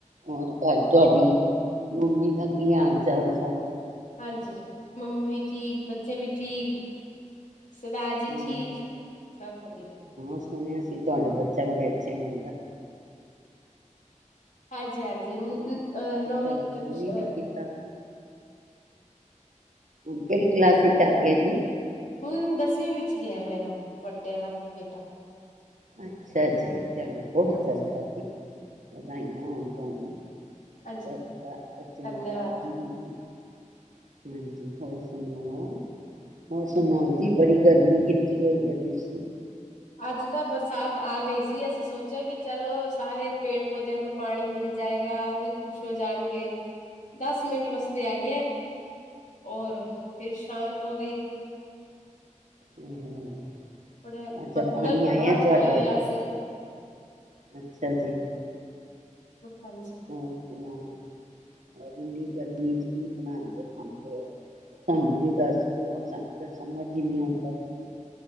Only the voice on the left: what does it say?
ਹਾਂਜੀ, ਮੰਮੀ ਵੀ ਠੀਕ ਬੱਚੇ ਵੀ ਠੀਕ।
ਸਰਦਾਰ ਜੀ
ਠੀਕ ਸਭ ਵਧੀਆ
ਹਾਂਜੀ ਹਾਂਜੀ। ਜ ਅਹ ਨੋਵ
ਕਕਸ
ਹੁਣ ਦਸਵੀਂ ਵਿੱਚ ਗਿਆ ਮੇਰਾ ਵੱਡੇ ਆਲਾ ਬੇਟਾ।
ਹਾਂਜੀ
ਹਾਂਜੀ
ਧੰਨਵਾਦ
ਜੀ
ਤੁਹਾਡਾ
ਅੱਜ ਤਾਂ ਬਰਸਾਤ ਆ ਗਈ ਸੀ ਅਸੀਂ ਸੋਚਿਆ ਕਿ ਚੱਲ ਸਾਰੇ ਪੇੜ ਪੌਦਿਆਂ ਨੂੰ ਪਾਣੀ ਮਿਲ ਜਾਏਗਾ ਉਹ ਵੀ ਖੁਸ਼ ਹੋ ਜਾਣਗੇ ਦਸ ਮਿੰਟ ਵਾਸਤੇ ਆਈ ਐ ਔਰ। ਫਿਰ ਸ਼ਾਂਤ ਹੋ ਗਈ।
ਬੜੇ
ਬੱਦਲ
ਤਾਂ ਬੜਾ
ਛਾਇਆ
ਹੋਇਆ
ਸੀ
ਹਾਂਜੀ